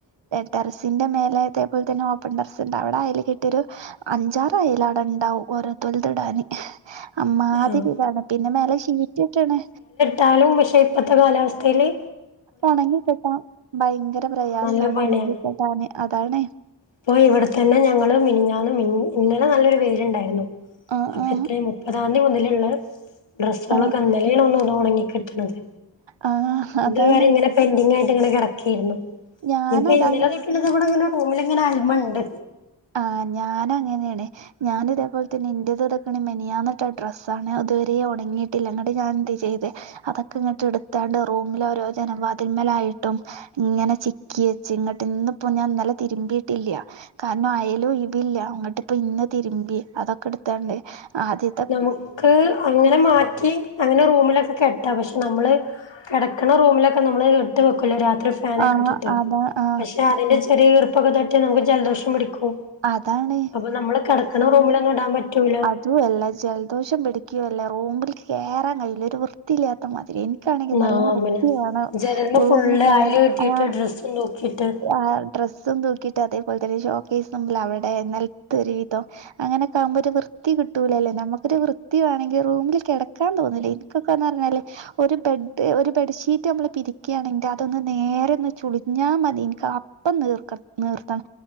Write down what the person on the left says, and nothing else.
ആഹ്
താലും മിഷേ ഇപ്പത്തെ കാലാവസ്ഥല്
നല്ല പണിയാണ്
ഇപ്പൊ ഇവിടെ തന്നെ ഞങ്ങള് മിനിഞ്ഞന്ന് മി ഇന്നലെ നല്ലൊരു വെയിലുണ്ടർന്നു
എത്രയ മുപ്പതാംതീ മുതല്ള്ള ഡ്രസ്സോളക്കെ
ഇന്നലാണ് ഒന്ന ഒന്ന് ഒണങ്ങി കിട്ടണത്
ഇത് വരെ ഇങ്ങനെ പെൻഡിങ് ആയിട്ട് ഇങ്ങനെ കെടക്കായിരുന്നു
ഇപ്പോ ഇന്നലെ പിന്നത് വടെ ഇങ്ങനെ പോല് ഇങ്ങനെ അയല്മണ്ട്
നമുക്ക് അങ്ങനെ മാറ്റ ഇക്കി അങ്ങനെ റൂമിലൊക്കെ കെട്ട പക്ഷെ നമ്മള് കെടക്കണ റൂമിലൊക്കെ നമ്മള് ഇട്ട് വെക്കുലെ രാ <unintelligible> ഫാനൊക്കെ
ഇട്ടിട്ട്
പക്ഷെ അതിന്റെ ചെറിയ ഈർപ്പൊക്കെ തട്ടിയ നമുക്ക് ജലദോഷം പിടിക്കും
അപ്പൊ നമ്മള് കെടക്കണ റൂമിലൊന്നും ഇടാൻ പറ്റൂല
ന്നാ
പിന്നെ ജനൽമെ
ഫുള്ള്
അയല് കെട്ടിയിട്ട് ഡ്രസ്സും തൂക്കിയിട്ട്